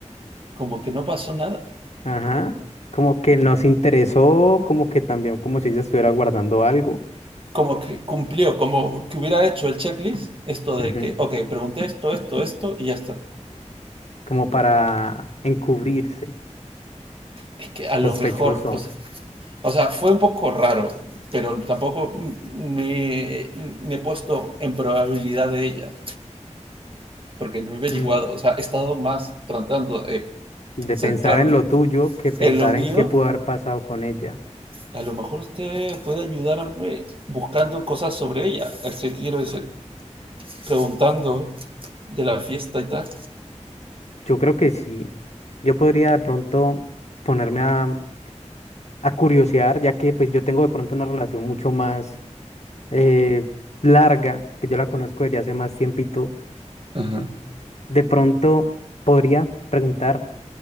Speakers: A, on the right; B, on the left.
A: como que no pasó nada
B: Ajá. Como que nos interesó, como que también, como si ella estuviera guardando algo.
A: como que cumplió, como que hubiera hecho el checklist, esto de
B: Ujú,
A: que, ok, pregunté esto, esto, esto y ya está.
B: Como para encubrirse.
A: es que a lo
B: Sospechoso.
A: mejor, o sea, o sea, fue un poco raro, pero tampoco me, me he puesto en probabilidad de ella, porque no he averiguado,
B: Mm,
A: o sea, he estado más tratando de
B: De
A: centrarme
B: pensar en lo tuyo que pensar
A: en lo mío.
B: en qué pudo haber pasado con ella.
A: A lo mejor usted puede ayudarme buscando cosas sobre ella, así quiero decir, preguntando de la fiesta y tal.
B: Yo creo que sí. Yo podría de pronto ponerme a, a curiosear, ya que pues yo tengo de pronto una relación mucho más eh, larga, que yo la conozco desde hace más tiempito.
A: Ajá.
B: De pronto podría preguntar,